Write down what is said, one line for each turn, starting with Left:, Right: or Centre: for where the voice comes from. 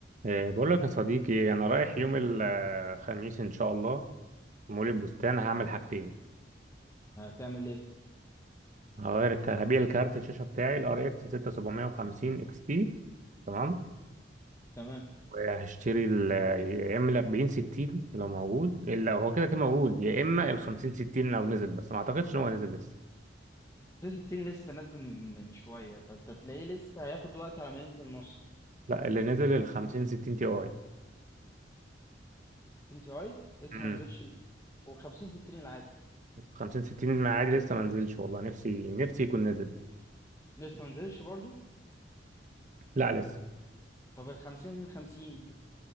Right: إيه، بقول لك يا صديقي انا رايح يوم الخميس ان شاء الله مول البستان هعمل حاجتين
Left: هتعمل ايه
Right: هغير الك- هبيع الكارت الشاشه بتاعي الار اكس 6750 اكس تي تمام
Left: تمام
Right: وهشتري ال- يا اما ال 40 60 لو موجود الا هو كده كده موجود يا اما ال 50 60 لو نزل بس ما اعتقدش ان هو نزل لسه
Left: 360 لسه نازل من من شويه فانت تلاقيه لسه هياخد وقت على ما ينزل مصر
Right: لا اللي نزل ال 50 60 تي اي
Left: 60 تي اي لسه
Right: امم
Left: ما نزلش ال... و50 60 العادي
Right: 50 60 عادي لسه ما نزلش والله نفسي نفسي يكون نزل
Left: لسه ما نزلش برضو
Right: لا لسه
Left: طب ال 50 50